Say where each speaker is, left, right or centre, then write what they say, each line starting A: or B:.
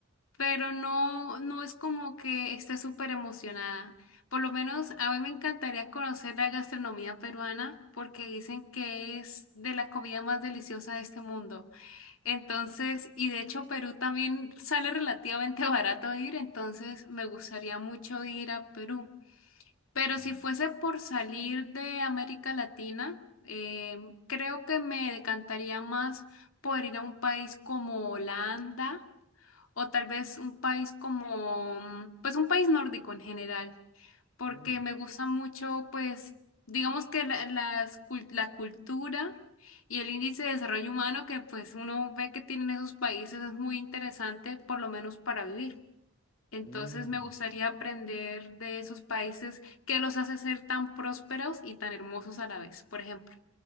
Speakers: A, on the left (about 80°); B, on the left (about 20°).
A: pero no, no es como que esté súper emocionada. Por lo menos a mí me encantaría conocer la gastronomía peruana porque dicen que es de la comida más deliciosa de este mundo. Entonces, y de hecho Perú también sale relativamente <laughs> barato ir, entonces me gustaría mucho ir a Perú. Pero
B: Mm.
A: si fuese por salir de América Latina, eh, creo que me decantaría más por ir a un país como Holanda o tal vez un país como, mm, pues un país nórdico en general porque
B: Ah, ya.
A: me gusta mucho, pues, digamos que la, las cul- la cultura y el índice de desarrollo humano que pues uno ve que tienen esos países es muy interesante, por lo menos para vivir. Entonces
B: Mm,
A: me gustaría aprender de esos países que los hace ser tan prósperos y tan hermosos a la vez, por ejemplo.